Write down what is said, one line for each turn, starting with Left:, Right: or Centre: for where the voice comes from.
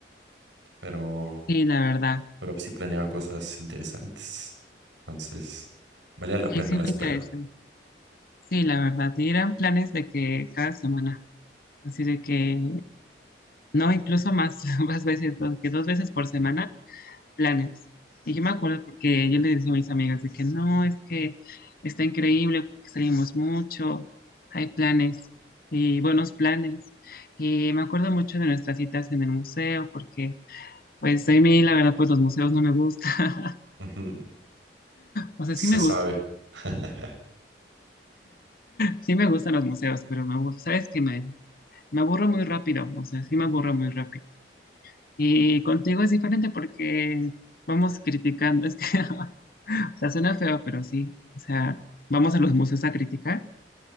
Right: pero,
Left: Sí, la verdad.
Right: pero sí planeaba cosas interesantes. Entonces, valía la
Left: Sí,
Right: pena
Left: sí
Right: la
Left: fue
Right: espera.
Left: interesante. Sí, la verdad. Y eran planes de que cada semana, así de que, no, incluso más, <laughs> más veces, do- que dos veces por semana, planes. Y yo me acuerdo porque yo le decía a mis amigas de que no, es que está increíble porque salimos mucho, hay planes y buenos planes. Y me acuerdo mucho de nuestras citas en el museo porque Pues a mí la verdad pues los museos no me gustan. <laughs>
Right: Ujú,
Left: O sea,
Right: Se
Left: sí me
Right: sabe.
Left: gusta,
Right: <laughs>
Left: sí me gustan los museos, pero me aburro, sabes que me, me aburro muy rápido, o sea, sí me aburro muy rápido. Y contigo es diferente porque vamos criticando, <laughs> es que, o sea, suena feo, pero sí, o sea, vamos a los museos a criticar